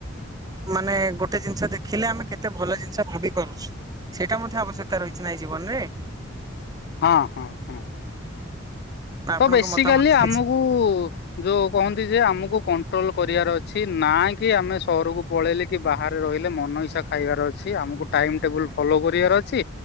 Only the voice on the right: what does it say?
ମାନେ ଗୋଟେ ଜିନିଷ ଦେଖିଲେ ଆମେ କେତେ ଭଲ ଜିନିଷ ଭାବି ପାରୁଛୁ ସେଇଟା ମଧ୍ୟ ଆବଶ୍ୟକ ତା ରହିଛି ଏଇ ଜୀବନରେ
ନା ଆପଣଙ୍କ
ମତାମତ କିଛି?